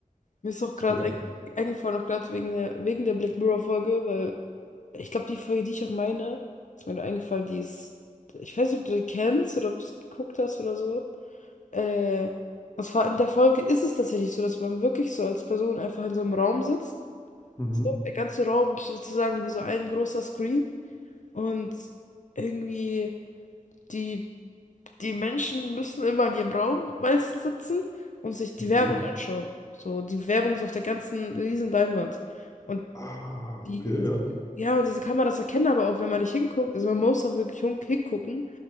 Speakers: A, on the left; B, on the left.
A: mir ist auch
B: Dass
A: gerade
B: man.
A: ein eingefallen, auch gerade wegen der, wegen der Black Mirror-Folge, weil ich glaube, die Folge, die ich auch meine, ist mir da eingefallen, die ist, ich weiß nicht, ob du die kennst oder ob du es geguckt hast oder so. Äh, und zwar in der Folge ist es tatsächlich so, dass man wirklich so als Person einfach in so einem Raum sitzt.
B: Mhm.
A: So, der ganze Raum ist sozusagen wie so ein großer Screen. Und irgendwie die die Menschen müssen immer in ihrem Raum meistens sitzen und sich die
B: Okay.
A: Werbung anschauen. So, die Werbung ist auf der ganzen riesen Leinwand. Und
B: Ah,
A: die,
B: okay, ja.
A: ja, und diese Kameras erkennen aber auch, wenn man nicht hinguckt. Also man muss auch wirklich hin- hingucken.